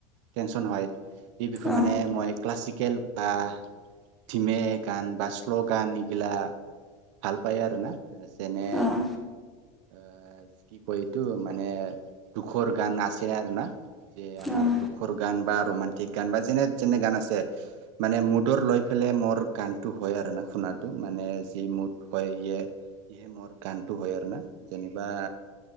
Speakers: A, on the right; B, in the centre.
A: টেনশন হয়। এই বিষয়ে
B: অঁ
A: মানে মই ক্লাছিকেল বা থিমে গান বা শ্ল' গান এইগিলা ভাল পায় আৰু না যেনে।
B: অঁ
A: এ কি কয় এইটো মানে দুখৰ গান আছে আৰু না। যে আমাৰ
B: অঁ
A: দুখৰ গান বা ৰোমান্টিক গান বা যেনে যেনে গান আছে। মানে মুডৰ লৈ ফেলে মোৰ গানটো হয় আৰু ন শুনটো মানে যি মুড হয় সিয়ে সেয়ে মোৰ গানটো হয় আৰু না যেনিবা।